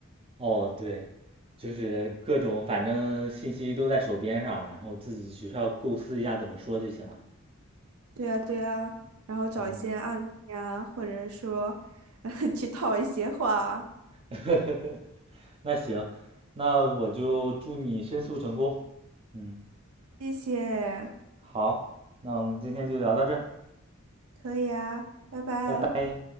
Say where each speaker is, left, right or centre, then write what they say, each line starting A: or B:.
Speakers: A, on the right; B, on the right.
A: 哦，对，就是各种反正信息都在手边上，然后自己只需要构思一下怎么说就行了。
B: 对呀，对呀，然后找一些案例呀，
A: 嗯，
B: 或者说 <laughs> 去套一些话，
A: <laughs> 那行，那我就祝你申诉成功。嗯，
B: 谢谢。
A: 好，那我们今天就聊到这儿，
B: 可以啊，拜拜。
A: 拜拜。